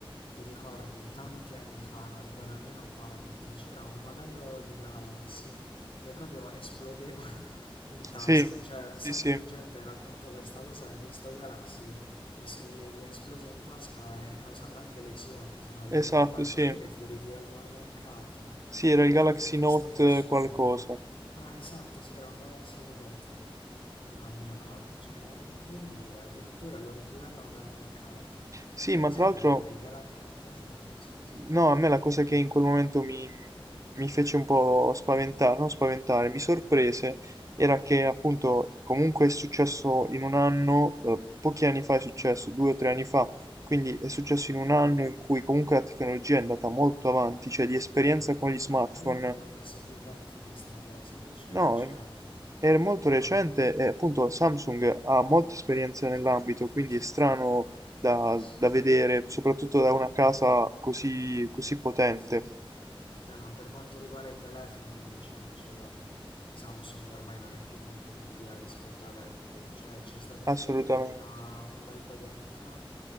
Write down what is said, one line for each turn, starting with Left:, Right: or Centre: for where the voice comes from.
Left: ti ricordi tanti anni fa, non ricordo nemmeno quanti, c'era un modello di Galaxy che proprio esplodeva <laughs> in tasca,
Right: Sì,
Left: cioè un
Right: sì,
Left: sacco
Right: sì,
Left: di gente racconta questa cosa che questo Galaxy es- eh, gli è esploso in tasca e causando anche lesioni, se non ricordo
Right: esatto,
Left: male,
Right: sì.
Left: tant'è che fu ritirato dal mercato.
Right: Sì, era il Galaxy
Left: Cioè, che, che
Right: Note
Left: storia assurda.
Right: eh, qualcosa.
Left: Ah, esatto, sì, era un Galaxy Note. Mamma mia, ma cioè, è incredibile, addirittura lo ritirarono dal mercato.
Right: Sì,
Left: Cioè,
Right: ma
Left: ad esempio,
Right: tra l'altro
Left: comunque il Galax... Cosa? Dimmi scusa.
Right: No, a me la cosa che in quel momento mi, mi fece un po' spaventare, non spaventare, mi sorprese, era che appunto comunque è successo in un anno, eh, pochi anni fa è successo, due o tre anni fa, quindi è successo in un anno in cui comunque la tecnologia è andata molto avanti, cioè di esperienza
Left: Mm, mm.
Right: con gli smartphone,
Left: No, che io credevo fosse più vecchia questa cosa, invece
Right: no,
Left: è recente.
Right: è molto
Left: No,
Right: recente e appunto la Samsung ha molta esperienza nell'ambito,
Left: spaventoso.
Right: quindi è strano da,
Left: Sì,
Right: da vedere, soprattutto da una
Left: mm,
Right: casa così così potente.
Left: sì. Eh, ma per quanto riguarda i telefoni, diciamocelo, Samsung ormai non è più competitiva rispetto ad Apple. Cioè, c'è stato un
Right: Assolutamente.
Left: periodo fino a un bel po' di anni fa